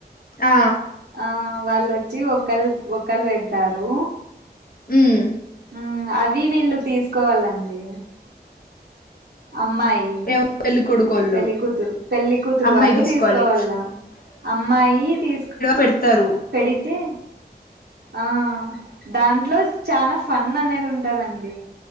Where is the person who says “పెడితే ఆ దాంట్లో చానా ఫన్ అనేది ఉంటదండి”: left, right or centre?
Right